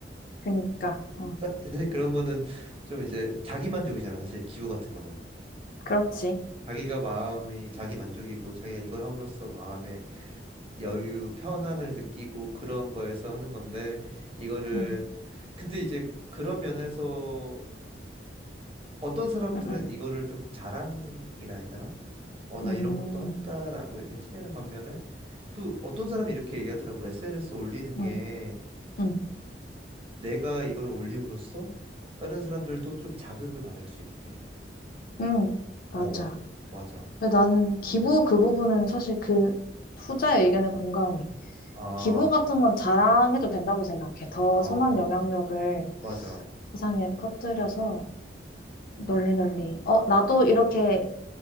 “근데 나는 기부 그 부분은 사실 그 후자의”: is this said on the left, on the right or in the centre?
Left